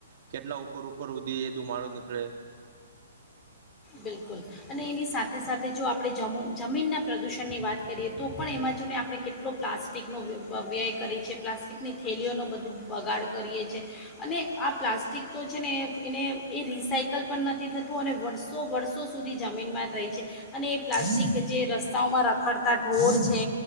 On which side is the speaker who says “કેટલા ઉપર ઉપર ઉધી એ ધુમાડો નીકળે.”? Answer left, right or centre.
Right